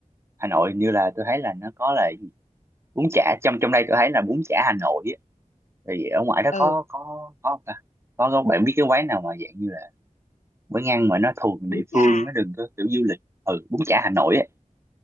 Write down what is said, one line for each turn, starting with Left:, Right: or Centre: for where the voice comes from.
Right: Hà Nội hình như là tôi thấy là nó có là cái gì? bún chả trong trong đây tôi thấy là bún chả Hà Nội á thì ở ngoài đó
Left: ừ
Right: có có có không ta có, có bạn biết cái quán nào mà dạng như là quán ăn mà nó thuộc địa
Left: bún chả
Right: phương nó đừng có kiểu du lịch ừ bún chả Hà Nội á